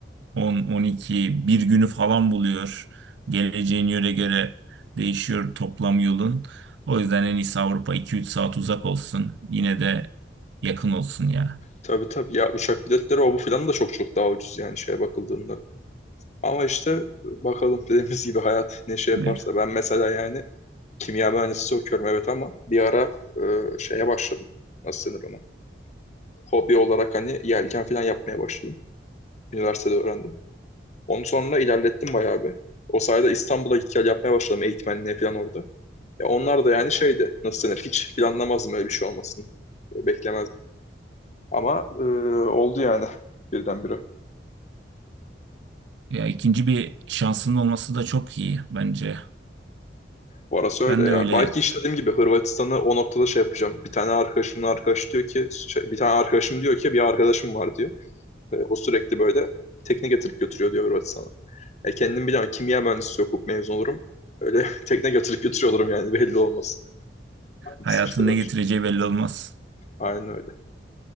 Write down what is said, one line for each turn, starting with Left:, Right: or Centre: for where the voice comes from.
Right: 10, 12, bir günü falan buluyor. Geleceğin yöre göre değişiyor toplam yolun. O yüzden en iyisi Avrupa 2-3 saat uzak olsun. Yine de yakın olsun ya.
Left: Tabii tabii ya uçak biletleri o bu filan da çok çok daha ucuz yani şeye bakıldığında. Ama işte bakalım dediğimiz gibi hayat ne şey yaparsa.
Right: Evet.
Left: Ben mesela yani kimya mühendisi okuyorum evet ama bir ara e, şeye başladım. Nasıl denir ona? Hobi olarak hani yelken falan yapmaya başladım. Üniversitede öğrendim. onun sonra ilerlettim bayağı bir. O sayede İstanbul'a git gel yapmaya başladım eğitmenliğe falan orada. Ya onlar da yani şeydi nasıl denir hiç planlamazdım öyle bir şey olmasını. Böyle Beklemezdim. Ama e, oldu yani birdenbire.
Right: Ya ikinci bir şansının olması da çok iyi bence.
Left: Orası öyle
Right: Ben
Left: ya.
Right: de öyle
Left: Belki işte dediğim gibi Hırvatistan'ı o noktada şey yapacağım. Bir tane arkadaşımın arkadaş diyor ki şey, bir tane arkadaşım diyor ki bir arkadaşım var diyor. E, o sürekli böyle tekne getirip götürüyor diyor Hırvatistan'a. E, kendim bilemem. Kimya mühendisi okup mezun olurum. Öyle <laughs> tekne getirip götürüyor olurum yani belli olmaz. Hangisi
Right: hayatın
Left: işte daha
Right: ne getireceği
Left: şey.
Right: belli olmaz.
Left: Aynen öyle.